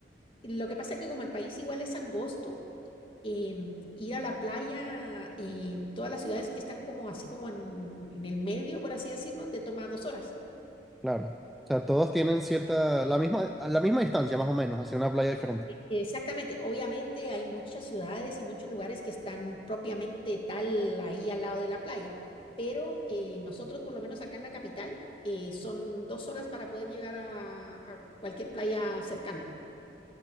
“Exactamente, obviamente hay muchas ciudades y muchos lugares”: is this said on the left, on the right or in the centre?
Left